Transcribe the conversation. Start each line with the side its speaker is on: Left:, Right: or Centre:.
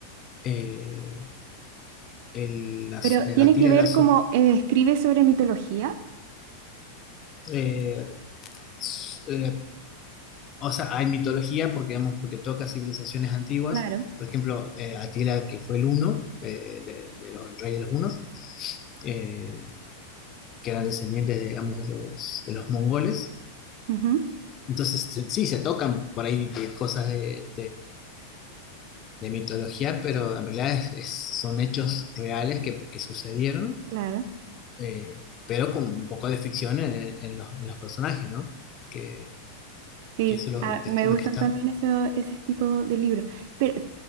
Left: eh, el, las-
Right: Pero
Left: eh,
Right: tiene
Left: Atila
Right: que ver
Left: la Su-
Right: como eh, escribe sobre mitología.
Left: eh, s- eh, o sea, hay mitología porque, digamos, porque toca civilizaciones antiguas,
Right: Claro.
Left: por ejemplo, eh, Atila que fue el uno, eh, de, de los, el rey de los hunos, eh, que eran descendientes, de, digamos, de los, de los mongoles,
Right: Ujú,
Left: entonces se- sí, se tocan por ahí eh, cosas de, de mitología, pero en realidad es- es- son hechos reales que, que sucedieron,
Right: claro.
Left: eh, pero con un poco de ficción en, el- en los, en los personajes, ¿no? Que,
Right: Sí,
Left: que eso es lo,
Right: ah,
Left: lo que,
Right: me
Left: lo
Right: gustan
Left: que está.
Right: también eso, ese tipo de libros. Pero